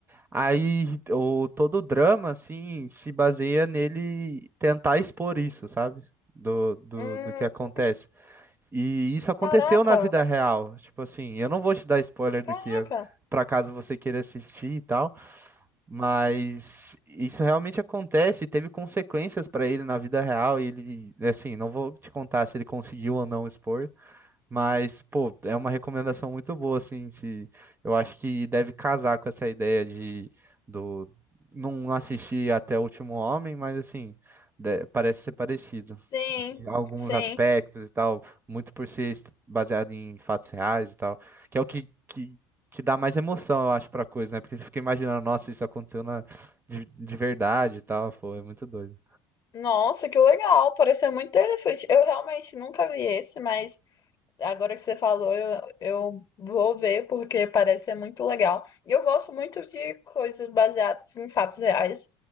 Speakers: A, on the right; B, on the left.
A: Aí o todo o drama assim se baseia nele tentar expor isso, sabe? Do, do,
B: Hum,
A: do que acontece. E isso aconteceu
B: caraca,
A: na vida real. Tipo assim, eu não vou te dar spoiler
B: caraca.
A: do que é, pra caso você queira assistir e tal, mas isso realmente acontece, e teve consequências pra ele na vida real e ele, assim, não vou te contar se ele conseguiu ou não expor, mas pô, é uma recomendação muito boa assim, se eu acho que deve casar com essa ideia de do não assistir até o último homem, mas assim, de- parece ser parecido
B: Sim,
A: alguns
B: sim.
A: aspectos e tal, muito por ser est- baseado em fatos reais e tal, que é o que, que, que dá mais emoção, eu acho, pra coisa, né? Porque você fica imaginando, nossa, isso aconteceu na, de, de verdade e tal, pô, é muito doido.
B: Nossa, que legal! Pareceu muito interessante. Eu realmente nunca vi esse, mas agora que você falou, eu, eu vou ver porque parece ser muito legal. E eu gosto muito de coisas baseadas em fatos reais,